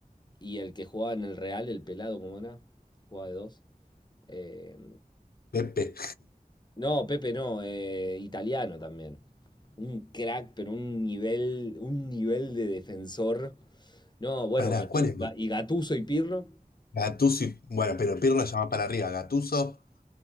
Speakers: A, on the left (about 30°); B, on the left (about 80°).
A: Y el que jugaba en el Real, el pelado, ¿cómo era? Jugaba de dos. Eh,
B: Pepe.
A: no, Pepe no, eh, italiano también. Un crack, pero un nivel, un nivel de defensor. No, bueno,
B: para
A: Gatu-
B: ¿cuál es?
A: Ga-
B: boludo?
A: y Gattuso y Pirlo.
B: Gattuso y- Bueno, pero Pirlo ya va para arriba. Gattuso